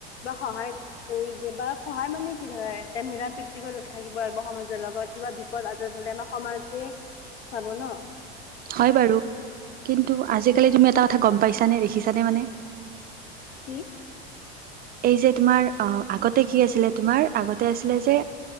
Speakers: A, on the left; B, on the right.
A: বা সহায় কৰি দি বা সহায় মানে কি ধৰে এতিয়া মিলা প্ৰীতিক থাকিব আৰুিব সমাজৰ লগত। কিবা বিপদ আপদ হ'লে আমাৰ সমাজে চাব ন।
B: হয় বাৰু কিন্তু আজিকালি তুমি এটা কথা গম পাইছানে দেখিছানে মানে?
A: কি?
B: এই যে তোমাৰ আহ আগতে কি আছিলে তোমাৰ? আগতে আছিলে যে